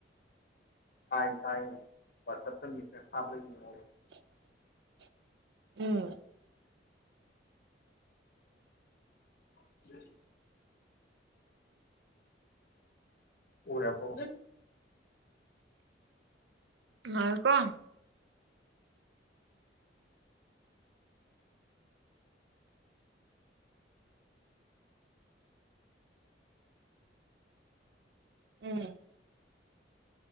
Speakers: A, on the left; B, on the right.
A: ꯇꯥꯏ ꯇꯥꯏꯌꯦ ꯋꯥꯠꯁꯞꯇ ꯃꯦꯁꯦꯖ ꯊꯥꯕꯗꯣ ꯌꯦꯡꯉꯣꯕ
B: <unintelligible> ꯎꯝ
A: <inaudible> ꯎꯔꯕꯣ
B: ꯉꯥꯏꯌꯣꯀꯣ ꯎꯝ